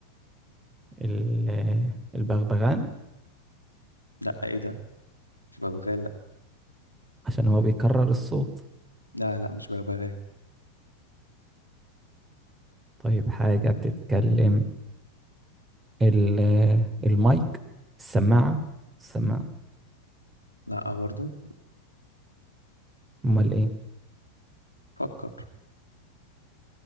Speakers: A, on the right (about 15°); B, on the left (about 85°).
A: ال- البغبغان
B: لا ايه ده مش ببغاء لا
A: عشان هو بيكرر الصوت
B: لا لا مش ببغاء
A: طيب حاجة بتتكلم ال- المايك السماعة السماعة
B: لا برضه
A: امال ايه
B: فكر